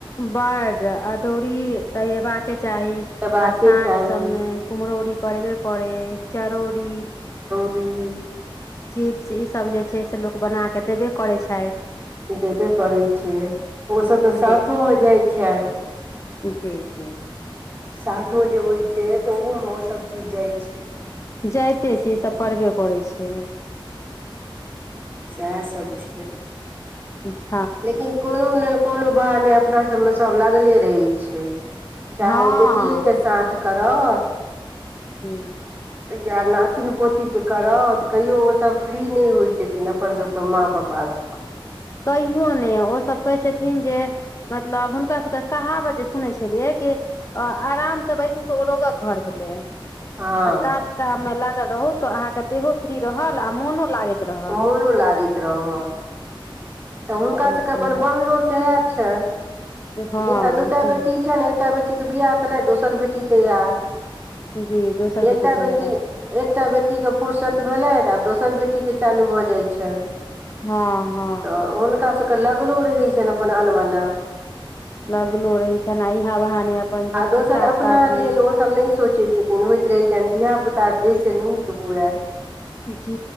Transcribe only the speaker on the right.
हेबाके
चाही
ह
देबे करै छै ओसभ तऽ साठो
मे जाइ छै
साठो जे होइ छै त ओहो मे ओसब चीज जाइ छै
सएह सभ छै
लेकिन कोनो ने कोनो बहाने अपना सबमे सब लागले रहै छै चाहे
ओ बेटियेके साँठ करत
या नातिन पोतीके करत कहियो ओ सब फ्री नहि होइ छथिन अपन सबके माँ पापा <inaudible>
हँ
मोनो लागैत रहअ तऽ हुनका
सभके अपन बनलो सएह
जिनका दूटा
बेटी छनि एकटा बेटी बेटीक के बियाह केलैथ दोसर बेटी तैयार
एकटा
बेटी एकटा बेटीे के फुरर्सत भेलै तऽ आब दोसर बेटी के चालू भऽ जाइ छै
तऽ हुनकासभके लगलो रहै छनि अपन अनमना
आ दोसर
अपना
लेल
ओसभ नहि सोचैत छथिन होइत रहैत छनि धियापुता ताजे से निक बूए